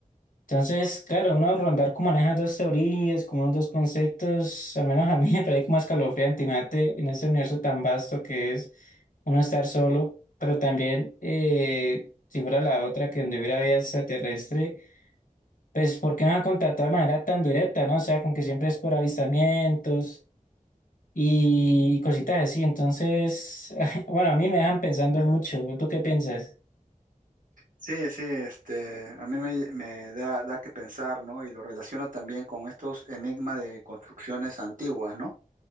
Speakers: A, on the left; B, on the right.
A: Entonces, claro, uno rondar como maneja dos teorías, como unos dos conceptos, al menos a mí <laughs> me parece como escalofriante, imagínate en este universo tan vasto que es uno estar solo, pero también, eh, si fuera la otra, que donde hubiera vida extraterrestre, pues, ¿por qué no ha contactado de manera tan directa, no? O sea, con que siempre es por avistamientos y cositas así, entonces, <laughs> bueno, a mí me dejan pensando mucho, ¿tú qué piensas?
B: Sí, sí, este, a mí me, me da, da que pensar, ¿no? Y lo relaciono también con estos enigmas de construcciones antiguas, ¿no?